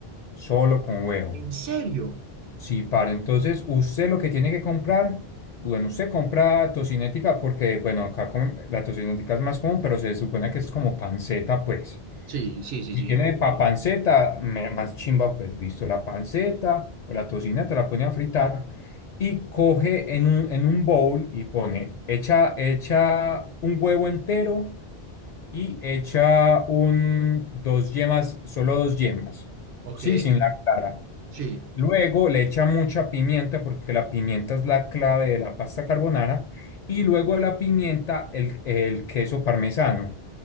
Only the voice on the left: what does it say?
solo con huevo.
Sí, para entonces usted lo que tiene que comprar, bueno, usted compra tocinética porque, bueno, acá com- la tocinética es más común, pero se supone que es como panceta, pues.
Si
tiene pa Sí. panceta, me- más chimba, pues listo, la panceta o la tocineta la pone a fritar y coge en un, en un bowl y pone, echa, echa un huevo entero y echa un, dos yemas, solo dos yemas,
sí, sin la clara.
Luego le echa mucha pimienta porque la pimienta es la clave de la pasta carbonara. Y luego de la pimienta, el, el queso parmesano.